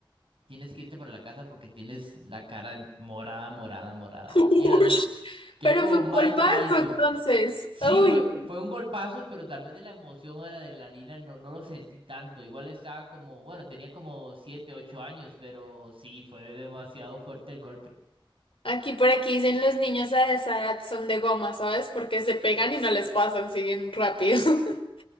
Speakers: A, on the right; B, on the left.
A: tienes que irte para la casa porque tienes la cara morada, morada, morada.
B: Ush.
A: Vieras, quedé
B: Pero
A: como
B: fue un
A: Mike
B: golpazo
A: Tyson.
B: entonces.
A: Sí,
B: Uy.
A: fue, fue un golpazo, pero tal vez de la emoción o de la adrenalina no, no lo sentí tanto. Igual estaba como, bueno, tenía como siete, ocho años, pero sí, fue demasiado fuerte el golpe.
B: Aquí por aquí dicen los niños a esa edad son de goma, ¿sabes? Porque se pegan y no les pasan, siguen rápido. <laughs>